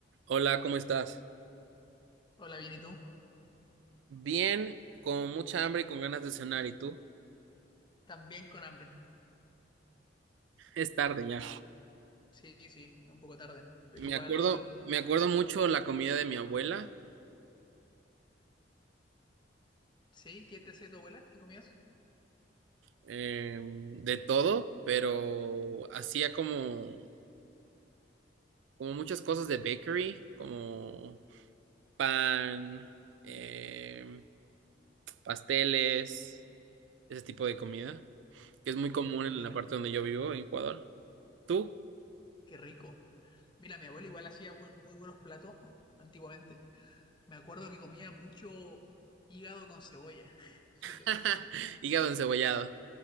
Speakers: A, on the right (about 80°); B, on the left (about 25°).
A: Hola, ¿cómo estás?
B: Hola, bien, ¿y tú?
A: Bien, con mucha hambre y con ganas de cenar, ¿y tú?
B: También con hambre.
A: Es tarde ya.
B: Sí, sí, es un poco tarde, pero
A: Me
B: igual,
A: acuerdo, me acuerdo mucho la comida de mi abuela,
B: sí, ¿qué te hacía tu abuela? ¿Qué comías?
A: eh, de todo, pero hacía como, como muchas cosas de bakery, como pan, eh, pasteles, ese tipo de comida, que es muy
B: Uh,
A: común en
B: qué,
A: la parte donde yo vivo, en Ecuador. ¿Tú?
B: qué rico. Mira, mi abuela igual hacía buen- muy buenos platos antiguamente. Me acuerdo que comía mucho hígado con cebolla, <laughs> frito.
A: <laughs> Hígado encebollado.